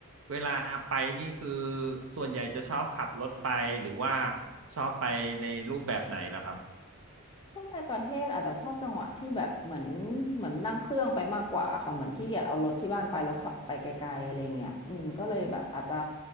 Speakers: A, on the right (about 70°); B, on the left (about 20°).
A: เวลาไปนี่คือส่วนใหญ่จะชอบขับรถไปหรือว่าชอบไปในรูปแบบไหนล่ะครับ
B: ถ้าในประเทศอาจจะชอบจังหวะที่แบบเหมือนเหมือนนั่งเครื่องไปมากกว่าค่ะเหมือนขี้เกียจเอารถที่บ้านไปแล้วขับไปไกลๆอะไรเงี้ยอืมก็เลยแบบอาจจะ